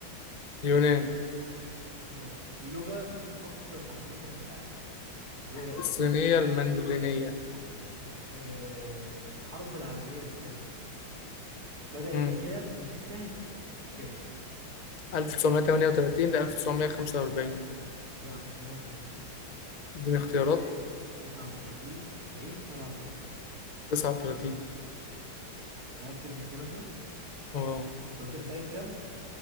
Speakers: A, on the left (about 75°); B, on the right (about 45°).
A: اليونان
B: ماشي اللغة الأكثر تحدثا في العالم كلغة
A: الصينية
B: أم
A: المندرينية
B: طيب أه الحرب العالمية الثانية بدأت
A: مم.
B: كام وانتهت كام؟
A: 1938 ل 1945
B: لا مش 38
A: اديني اختيارات
B: 39 40 37
A: 39
B: متأكد من الكلام ده؟
A: اه
B: وأنت قلت انتهت كام؟